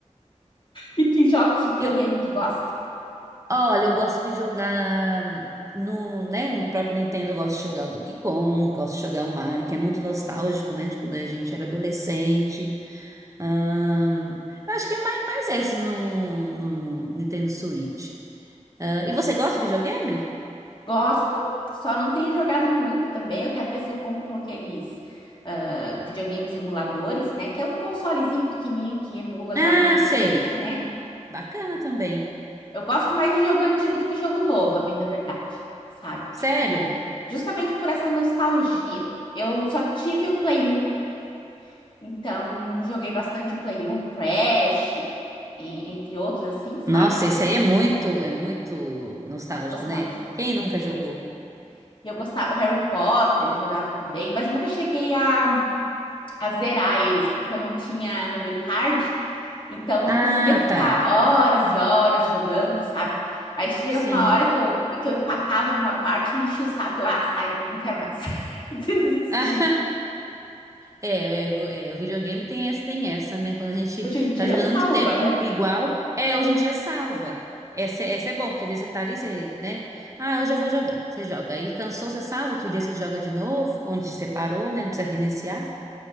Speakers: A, on the left; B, on the right.
A: E que jogos de videogame
B: E,
A: tu gosta?
B: Olha, eu gosto de jogar no, né, no próprio Nintendo, eu gosto de jogar o Donkey Kong, gosto de jogar o Mario, que é muito nostálgico, né, de quando a gente era adolescente. Ahn, eu acho que é mais, mais esse no, no Nintendo Switch. Ah, e você gosta de videogame?
A: Gosto, só não tenho jogado muito também. Eu quero ver se eu compro aqueles ah, videogames emuladores, né? Que é um consolezinho pequenininho que emula
B: Ah,
A: jogos antigos,
B: sei.
A: né?
B: Bacana também.
A: Eu gosto mais de jogo antigo do que jogo novo, a bem da verdade, sabe?
B: Sério?
A: Tipo, justamente por essa nostalgia. Eu só tive o Play 1, então joguei bastante o Play 1, o Crash, e- entre outros assim, sabe?
B: Nossa, esse aí é muito, é muito nostálgico,
A: Nostálgico.
B: né? Quem
A: É.
B: nunca jogou?
A: E eu gostava, o Harry Potter eu jogava também, mas nunca cheguei a a zerar eles, porque eu não tinha memory card, então não
B: Ah,
A: conseguia ficar
B: tá.
A: horas e horas jogando, sabe? Aí chegava
B: Sim.
A: uma hora que eu, que eu empacava numa parte, me enchia o saco, eu, ah, sai, não quero mais. <laughs> Desisti.
B: Ah, É, é, o- é, o videogame tem essa, tem essa, né? Quando a gente
A: Hoje em dia
B: tá jogando
A: salva,
B: muito tempo
A: né?
B: igual, é, hoje em dia salva. Essa, essa é bom, porque às vezes você tá ali, você, né? Ah, hoje eu vou jogar. Você joga. Aí cansou, você salva, outro dia você joga de novo, onde você parou, né? Não precisa reiniciar.